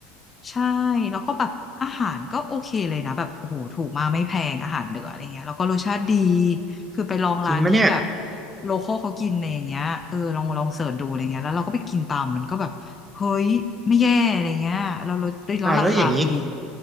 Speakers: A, on the left (about 30°); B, on the right (about 20°).
A: ใช่แล้วก็แบบอาหารก็โอเคเลยนะแบบโอ้โหถูกมากไม่แพงอาหารเหนืออะไรเงี้ยแล้วก็รสชาติดีคือไปลองร้านที่แบบ
B: จริงไหมเนี่ย
A: โลคอลเขากินอะไรอย่างเงี้ยเออลองลองเสิร์ชดูอะไรเงี้ยแล้วเราก็ไปกินตามมันก็แบบ เฮ้ยไม่แย่อะไรเงี้ยเราลดได้แล้วราคาคือดี
B: อ้าวแล้วอย่างนี้